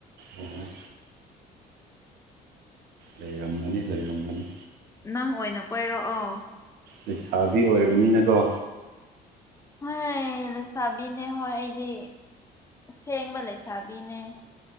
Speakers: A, on the right; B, on the left.
A: ꯎꯝ ꯂꯩꯔꯝꯒꯅꯤ ꯂꯩꯔꯝꯒꯅꯤ
B: ꯅꯪ ꯑꯣꯏꯅ ꯀꯣꯏꯔꯛꯑꯣ
A: ꯂꯩꯁꯥꯕꯤ ꯑꯣꯏꯕꯅꯤꯅꯀꯣ
B: ꯍꯣꯏ ꯂꯩꯁꯥꯕꯤꯅꯦ ꯍꯣꯏ ꯑꯩꯗꯤ ꯑꯁꯦꯡꯕ ꯂꯩꯁꯥꯕꯤꯅꯦ